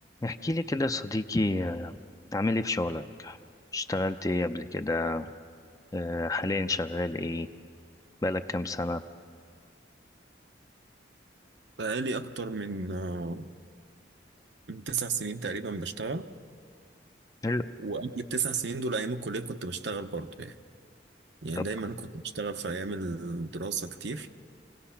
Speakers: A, on the left; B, on the right.
A: احكي لي كده يا صديقي آه، عامل ايه في شغلك اشتغلت ايه قبل كده آه، حاليا شغال ايه بقالك كام سنة
B: بقالي أكتر من آه، من تسع سنين تقريبا بشتغل
A: حلو
B: وقبل التسع سنين دول أيام الكلية كنت بشتغل برضه يعني يعني
A: طب
B: دايما كنت بشتغل في أيام الدراسة كتير